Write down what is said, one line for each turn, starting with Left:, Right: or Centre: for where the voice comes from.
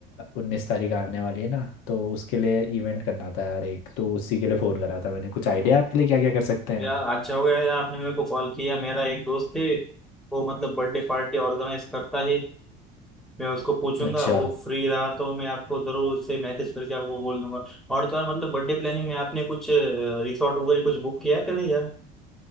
Left: उन्नीस तारीख आने वाली है ना तो उसके लिए इवेंट करना था यार एक तो उसी के लिए फ़ोन करा था मैंने कुछ आइडिया आपके लिए क्या क्या कर सकते हैं
Centre: यार
Left: हम
Centre: अच्छा हो गया यार आपने मेरे को कॉल किया मेरा एक दोस्त है वो मतलब बर्थडे पार्टी ऑर्गेनाइज करता है मैं उसको पूछूंगा
Left: अच्छा
Centre: वो फ्री रहा तो मैं आपको जरूर उससे मैसेज करके आपको बोल दूंगा और तो और मतलब बर्थडे प्लानिंग में आपने कुछ रिसोर्ट वगैरह कुछ बुक किया है कि नहीं यार